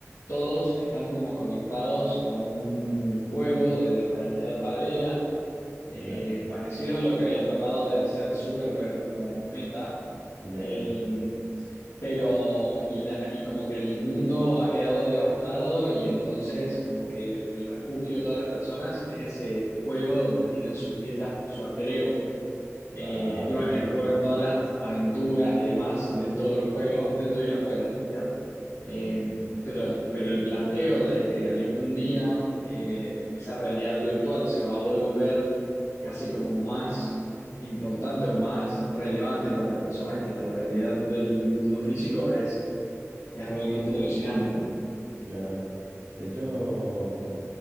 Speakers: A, on the left; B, on the right.
A: todos están como conectados a un juego de realidad paralela eh,
B: ya,
A: parecido a lo que había tratado de hacer Zuckerberg con Meta,
B: ya,
A: eh,
B: ya,
A: pero y, la- y como que el mundo ha quedado devastado y entonces como que el refugio de todas las personas es ese juego donde tienen sus vidas, su alter ego. Eh,
B: wow,
A: y bueno, y ocurren todas las aventuras y demás dentro del juego, dentro y afuera, en realidad.
B: mm,
A: Eh, pero, pero el planteo de que algún día eh, esa realidad virtual se va a volver casi como más importante o más relevante para las personas que la realidad del mundo físico es, es realmente alucinante.
B: claro. De hecho,